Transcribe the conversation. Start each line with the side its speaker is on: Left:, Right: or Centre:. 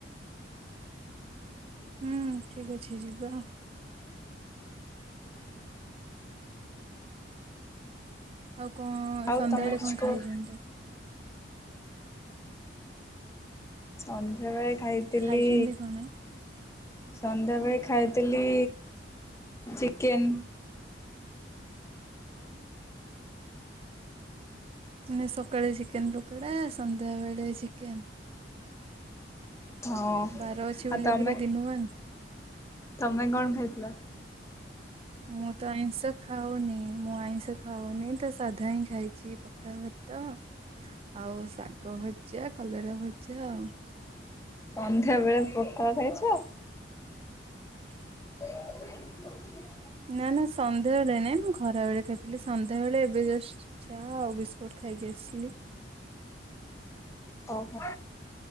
Right: ହୁଁ ଠିକ ଅଛି ଯିବା। ଆଉ କଣ
Left: ଆଉ
Right: ସନ୍ଧ୍ୟାବେଳେ
Left: ତମେ କିଛି
Right: କଣ
Left: କୁହ
Right: ଖାଇଛନ୍ତି?
Left: ସନ୍ଧ୍ୟାବେଳେ ଖାଇଥିଲି
Right: ଖାଇଛନ୍ତି କଣ?
Left: ସନ୍ଧ୍ୟାବେଳେ ଖାଇଥିଲି ଚିକେନ।
Right: ମାନେ ସକାଳେ ଚିକେନ ପକଡା ସନ୍ଧ୍ୟାବେଳେ ଚିକେନ।
Left: ହଁ
Right: ବାର ଅଛି
Left: ଆଉ
Right: ବୋଲି
Left: ତମେ
Right: ପୁରା ଦିନୁଆ।
Left: ତମେ କଣ ଖାଇଥିଲ?
Right: ମୁଁ ତ ଆଇଁଷ ଖାଉନି। ମୁଁ ଆଇଁଷ ଖାଉନି ତ ସାଧା ହିଁ ଖାଇଛି। ପଖାଳ ଭାତ ଆଉ ଶାଗ ଭଜା, କଲରା ଭଜା ଆଉ
Left: ସନ୍ଧ୍ୟାବେଳେ ପକାଳ ଖାଇଛ?
Right: <inaudible>
Left: <inaudible>
Right: ନା ନା ସନ୍ଧ୍ୟାବେଳେ ନାଇଁ ମୁଁ ଖରାବେଳେ ଖାଇଥିଲି। ସନ୍ଧ୍ୟାବେଳେ ଏବେ ଜଷ୍ଟ ଚା ଆଉ ବିସ୍କୁଟ ଖାଇକି ଆସିଲି।
Left: ଓହୋ